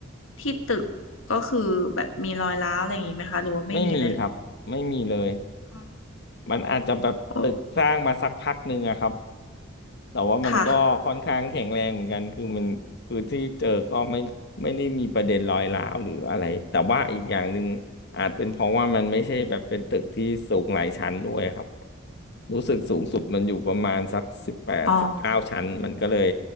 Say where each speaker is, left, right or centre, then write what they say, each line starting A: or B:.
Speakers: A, on the left; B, on the left.
A: ที่ตึกก็คือแบบมีรอยร้าวอะไรอย่างนี้ไหมคะหรือว่าไม่มีอะไรเลย
B: ไม่มีครับ ไม่มีเลย
A: อ๋อ
B: มันอาจจะแบบตึกสร้างมาสักพักหนึ่งอะครับ
A: โอ
B: แต่ว่ามันก็ค่อนข้างแข็งแรงเหมือนกัน
A: ค่ะ
B: คือมันคือที่เจอก็ไม่ไม่ได้มีประเด็นรอยร้าวหรืออะไร แต่ว่าอีกอย่างหนึ่งอาจเป็นเพราะว่ามันไม่ใช่แบบเป็นตึกที่สูงหลายชั้นด้วยครับรู้สึกสูงสุดมันอยู่ประมาณสักสิบแปดสิบเก้าชั้นมันก็เลย
A: อ๋อ